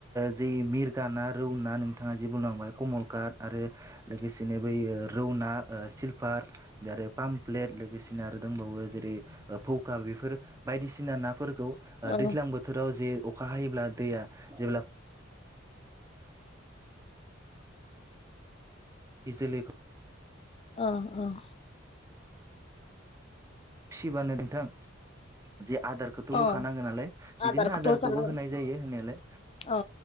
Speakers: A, on the right; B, on the left.
A: जै मिरगा ना रौ ना नोंथाङा जे बुंलांबाय कमल काट आरो लोगोसे बिदिनो बैयो रौना ओ सिलफार बे आरो पामप्लेट लोगोसेनो आरो दंबावो जेरै ओ भौका बेफोर बायदिसिना ना फोरखौ
B: ओ
A: दैज्लां बोथोराव जे अखा हायोब्ला दैया जेब्ला फिसलिखौ
B: अह अह
A: फिसिबानो नोंथां जे आदारखौथ' होखानांगो
B: ओ
A: नालाय बिदिनो
B: आदारखौथ'
A: आदारखौबो
B: होखानांगोन
A: होनाय जायो होनायालाय
B: अ